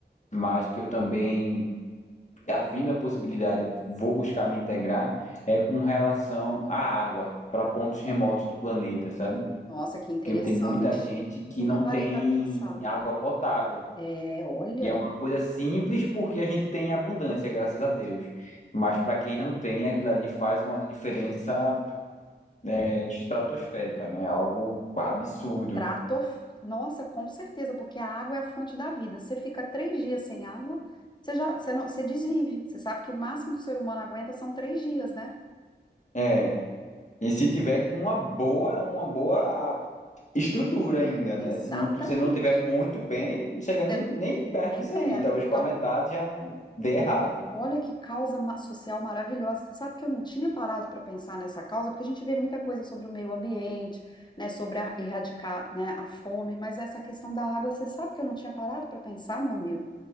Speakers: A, on the left (about 40°); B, on the left (about 25°).
A: mas que eu também, havendo a possibilidade, eu vou buscar me integrar, é com relação à água, para pontos remotos do planeta, sabe?
B: Nossa, que interessante.
A: Porque tem muita gente que
B: Nunca
A: não
B: parei
A: tem
B: para pensar.
A: água potável.
B: É, olha,
A: E é uma coisa simples porque a gente tem em abundância, graças a Deus. Mas para quem não tem, aquilo ali faz uma diferença é, estratosférica, né? Algo absurdo.
B: trato. Nossa, com certeza, porque a água é a fonte da vida. Você fica três dias sem água, você já, você não, você desvive. Você sabe que o máximo que o ser humano aguenta são três dias, né?
A: É. E se tiver com uma boa, uma boa estrutura ainda, né?
B: Exatamente.
A: Se não, se não tiver muito bem, não chega
B: Você
A: nem,
B: não-
A: nem perto
B: nem
A: disso
B: perto.
A: aí. Talvez
B: Então,
A: com a metade já dê errado.
B: então, olha que causa ma- social maravilhosa. Você sabe que eu não tinha parado para pensar nessa causa, porque a gente vê muita coisa sobre o meio ambiente, né, sobre a- erradicar, né, a fome, mas essa questão da água, você sabe que eu não tinha parado para pensar, meu amigo.